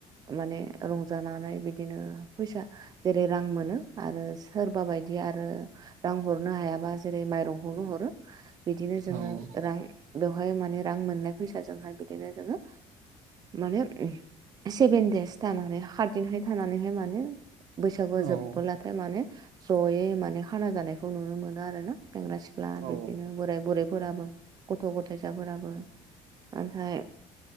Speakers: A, on the right; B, on the right.
A: माने रंजानानै बिदिनो फैसा जेरै रां मोनो आरो सोरबा बायदि आरो रां हरनो हायाबा जेरै माइरंखौनो हरो बिदिनो
B: औ
A: जोंङो रां बेवहाय माने रां मोननाय फैसाजोंहाय बिदिनो जोंङो माने <unintelligible> सेभेनदेस थानानै खाथ दिनहाय थानानैहाय माने बैसागुआ
B: औ
A: जोबोलाथाय माने जयै माने खाना जानायखौ नुनो मोनो आरो ना सेंग्रा सिख्ला
B: औ
A: बिदिनो बोराय बुरैफोराबो गथ' गथायाइसाफोराबो नाथाय